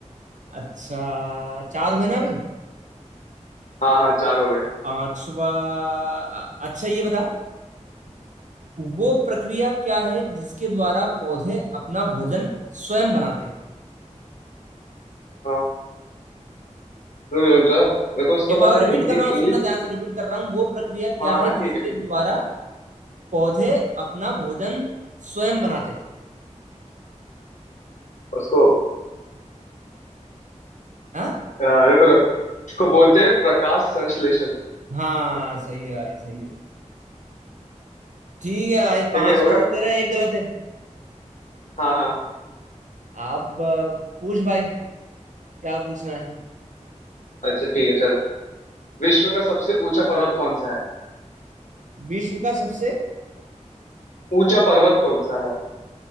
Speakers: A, on the right; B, on the left.
A: अच्छा चार हुए ना अभी
B: हाँ हाँ चार हो गए
A: पांचवा अच्छा ये बता वो प्रक्रिया क्या है जिसके द्वारा पौधे अपना भोजन स्वयं बनाते हैं
B: हाँ, रुक रुक जा मेरे को उसको
A: एक बार
B: पता है
A: रिपीट
B: हिंदी
A: कर रहा हूँ सुनना
B: इंग्लिश
A: ध्यान से रिपीट कर रहा हूँ वो प्रक्रिया क्या
B: हाँ
A: है
B: हाँ ठीक
A: जिसके
B: है ठीक है।
A: द्वारा पौधे अपना भोजन स्वयं बनाते हैं
B: उसको
A: हाँ
B: आ, रुको रुको उसको बोलते हैं प्रकाश संश्लेषण
A: हाँ सही है भाई सही है ठीक है भाई पांच
B: ठीक है हो
A: में
B: गया
A: से तेरा एक गलत है
B: हाँ हाँ
A: अब अ, पूछ भाई क्या पूछना है
B: अच्छा ठीक है चल विश्व का सबसे ऊंचा पर्वत कौन सा है
A: विश्व का सबसे
B: ऊंचा पर्वत कौन सा है